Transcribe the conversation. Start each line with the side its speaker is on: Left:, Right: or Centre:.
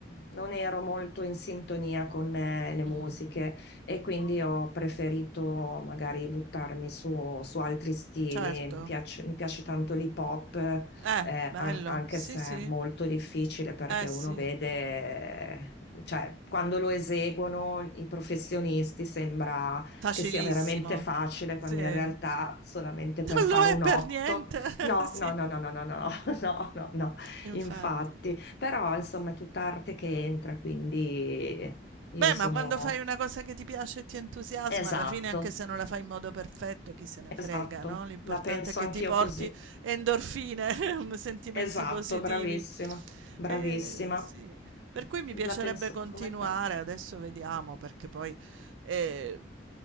Left: non ero molto in sintonia con eh, le musiche
Right: mm,
Left: e quindi
Right: mm.
Left: ho preferito magari buttarmi su, su altri stili.
Right: Certo.
Left: Mi piace, mi piace tanto l'hip hop,
Right: Eh,
Left: eh,
Right: bello.
Left: an- anche
Right: Sì,
Left: se
Right: sì.
Left: è molto difficile perché
Right: Eh sì,
Left: uno vede... eh, Cioè, quando lo eseguono i professionisti sembra
Right: facilissimo.
Left: che sia veramente facile,
Right: Sì.
Left: quando in realtà solamente
Right: Non
Left: per fare
Right: lo è
Left: un
Right: per
Left: 8.
Right: niente,
Left: No,
Right: <laughs> sì,
Left: no, no, no, no, no, no, <laughs> no, no, no,
Right: infatti.
Left: infatti. Però insomma è tutta arte che entra, quindi io
Right: Beh,
Left: sono...
Right: ma quando fai una cosa che ti piace e ti entusiasma,
Left: Esatto,
Right: alla fine, anche se non la fai in modo perfetto, chi se ne
Left: esatto,
Right: frega, no? L'importante
Left: la penso
Right: è che
Left: anch'io
Right: ti porti
Left: così.
Right: endorfine, <laughs> sentimenti
Left: Esatto,
Right: positivi.
Left: bravissima, bravissima.
Right: Eh, sì. Per cui mi piacerebbe
Left: La penso
Right: continuare,
Left: come te.
Right: adesso vediamo, perché poi eh,